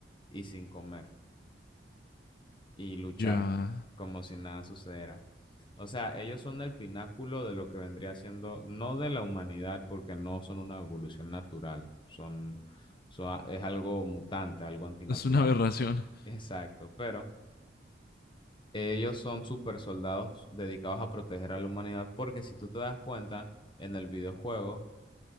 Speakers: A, on the left; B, on the left.
A: y sin comer. y luchar
B: Ya.
A: como si nada sucediera. O sea, ellos son el pináculo de lo que vendría siendo, no de la humanidad, porque no son una evolución natural, son, son a- es algo mutante, algo antinatural.
B: Es una aberración.
A: Exacto, pero ellos son super soldados dedicados a proteger a la humanidad, porque si tú te das cuenta, en el videojuego